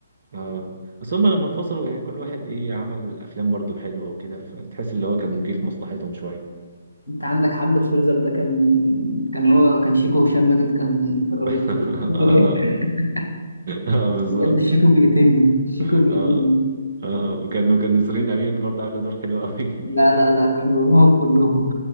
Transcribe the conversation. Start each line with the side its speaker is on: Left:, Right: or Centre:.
Right: اه بس هما لما انفصلوا يعني كل واحد ايه عمل افلام برضو حلوة وكده فتحس اللي هو كان جه في مصلحتهم شوية
Left: انت عندك حمد فريزر ده كان كان هو كان شيكو هشام ماجد كان كان رهيب
Right: <laughs>
Left: في دي.
Right: اه
Left: <laughs>
Right: اه بالظبط
Left: بجد شيكو بيقتلني شيكو
Right: اه
Left: بيقتلني
Right: اه وكانوا كان نسرين امين برضه عامله دور حلو قوي <laughs>
Left: لا لا لا كانوا رهاب كلهم